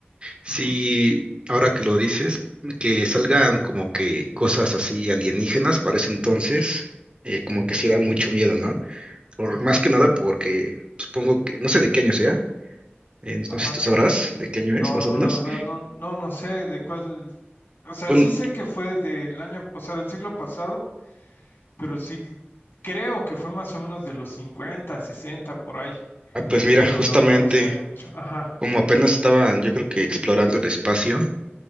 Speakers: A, on the right; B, on the left.
A: Sí,
B: ujú,
A: ahora que lo dices, que salgan como que cosas así alienígenas para ese entonces, eh, como que sí era mucho miedo, ¿no? Por,
B: ujú,
A: más que nada porque supongo que, no sé de qué año sea, eh, no
B: ajá.
A: sé si tú sabrás de qué año es,
B: No,
A: más
B: no,
A: o menos.
B: la verdad no, no, no sé de cuál, o sea,
A: Bueno,
B: sí sé que fue del año, o sea, del siglo pasado, pero sí creo que fue más o menos de los 50, 60 por ahí,
A: ah, pues mira,
B: pero
A: justamente
B: la verdad no sé mucho. Ajá.
A: como apenas estaban, yo creo que explorando el espacio,